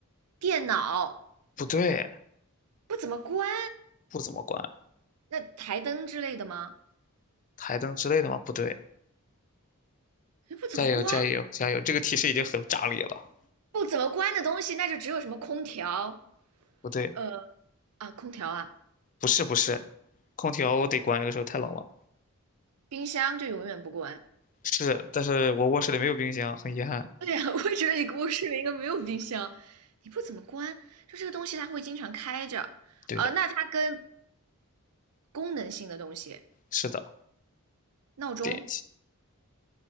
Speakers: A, on the right; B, on the left.
A: 电脑，
B: 不对，
A: 不怎么关
B: 不怎么关。
A: 那台灯之类的吗？
B: 台灯之类的吗？不对，
A: 哎，不怎么关，
B: 加油加油加油！这个提示已经很炸裂了。
A: 不怎么关的东西，那就只有什么空调，
B: 不对，
A: 呃啊，空调啊，
B: 不是不是，空调我得关，有的时候太冷了。
A: 冰箱就永远不关。
B: 是，但是我卧室里没有冰箱，很遗憾。
A: 对呀，<laughs> 我也觉得你卧室里应该没有冰箱，你不怎么关，就这个东西它会经常开着。
B: 对的，
A: 呃，那它跟功能性的东西，
B: 是的，
A: 闹钟，
B: 电器。